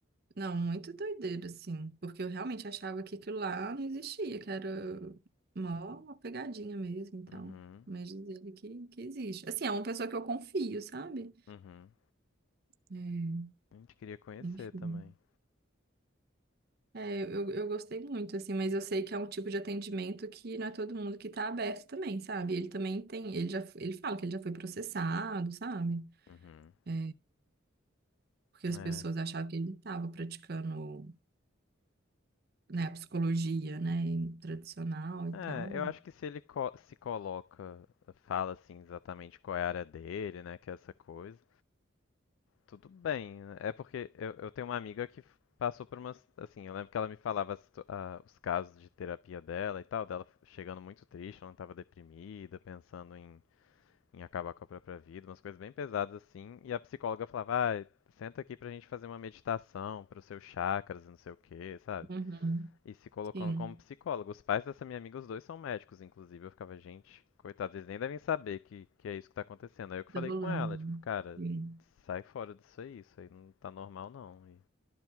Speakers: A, on the right (about 50°); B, on the left (about 85°).
A: Não, muito doideira, assim. Porque eu realmente achava que aquilo lá não existia, que era mó pegadinha mesmo e tal.
B: Uhum.
A: Mas diz ele que, que existe. Assim, é uma pessoa que eu confio, sabe?
B: Uhum.
A: É,
B: A gente queria conhecer
A: enfim.
B: também.
A: É, eu, eu gostei muito, assim, mas eu sei que é um tipo de atendimento que não é todo mundo que tá aberto também, sabe? Ele também tem, ele já, ele fala que ele já foi processado, sabe?
B: Uhum.
A: É, porque as
B: É.
A: pessoas achavam que ele estava praticando, né, a psicologia, né, em- tradicional e
B: É,
A: tal.
B: eu acho que se ele co- se coloca, fala assim exatamente qual é a área dele, né, que é essa coisa, Tudo bem. É porque eu, eu tenho uma amiga que passou por umas. Assim, eu lembro que ela me falava a situ- a- os casos de terapia dela e tal, dela chegando muito triste, ela estava deprimida, pensando em, em acabar com a própria vida, umas coisas bem pesadas assim. E a psicóloga falava: ah, senta aqui pra gente fazer uma meditação para os seus chakras e não sei o quê, sabe?
A: Uhum.
B: E se colocando
A: Sim.
B: como psicólogo. Os pais dessa minha amiga, os dois são médicos, inclusive. Eu ficava, gente, coitados, eles nem devem saber que, que é isso que tá acontecendo. Aí eu que falei
A: Tá rolando.
B: com ela, tipo, cara,
A: Sim.
B: sai fora disso aí, isso aí não tá normal não. E...